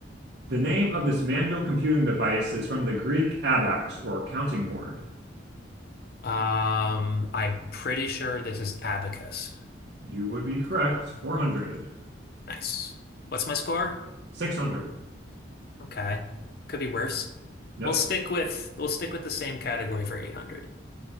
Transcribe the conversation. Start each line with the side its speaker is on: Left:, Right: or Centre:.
Right: The name of this manual computing device is from the Greek abax or counting board.
Left: Um, I'm pretty sure this is abacus.
Right: You would be correct. 400.
Left: Nice. What's my score?
Right: 600.
Left: Okay. Could be worse.
Right: Nope.
Left: We'll stick with we'll stick with the same category for 800.